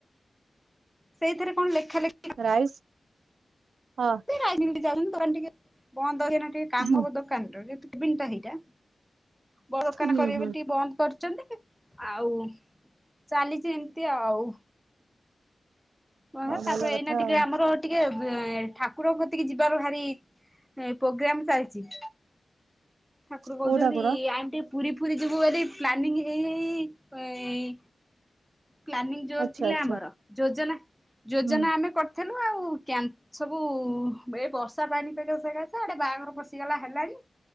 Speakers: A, in the centre; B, on the right.
A: ସେଇଥିରେ କଣ ଲେଖା ଲେଖି
B: ରାଇସ୍ ଅହ
A: କି ରାଜନୀତି ଯାଉଛନ୍ତି ଦୋକାନ ଟିକେ ବନ୍ଦ ହେଇ ଟିକେ କାମ
B: ହୁଁ
A: ଦୋ କାନ ଯେ ବିଣ୍ଟା ହେଇଟା ବ ଦୋକାନ
B: ହୁଁ
A: କରିବେ
B: ହୁଁ
A: ବୋଲି ଟିକେ ବନ୍ଦ କରିଛନ୍ତି ଆଉ ଚାଲିଚି ଏମିତି ଆଉ କହ
B: ହଉ
A: ତାପରେ
B: ଭଲ କଥା
A: ଏଇନା ଟିକେ
B: ଆଉ।
A: ଆମର ଟିକେ ବ ଠାକୁ କୁର କତିକି ଯିବାର ଭାରି ପୋଗ୍ରାମ ଚାଲିଛି ଠାକୁର କହୁଛନ୍ତି
B: କୋଉ ଠାକୁର?
A: ଆଣ୍ଟି ପୁରୀ ଫୁରୀ ଯିବୁ ବୋଲି ପ୍ଲାନିଂ ଏଇଇ ପ୍ଲାନିଂ ଜୋର
B: ଆଚ୍ଛା
A: ଥିଲା
B: ଆଚ୍ଛା
A: ଆମର ଯୋଜନା ଯୋଜନା
B: ହୁଁ
A: ଆମେ କରିଥେଲୁ ଆଉ ସବୁ ଏ ବର୍ଷା ପାଣି ପାଗ ସେକାସେ ଆଡେ ବାହାଘର ପଶିଗଲା ହେଲାଣିି